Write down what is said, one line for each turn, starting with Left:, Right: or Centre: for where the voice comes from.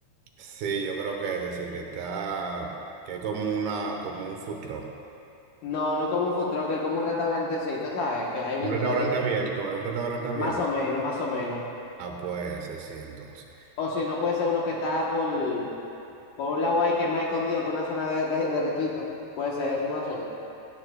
Right: sí, yo creo que ese sí, que está, que es como una, como un food truck,
Left: No, no es como un food truck, es como un restaurantecito, ¿sabes? Que hay una
Right: un
Left: entradita.
Right: restaurante abierto, es un restaurante abierto,
Left: Más o menos, más o menos.
Right: ah, pues ese sí, entonces.
Left: O si no, puede ser uno que está por, por un lado ahí que es más escondido que una zona de, de, de riquito. Puede ser, es uno de esos dos.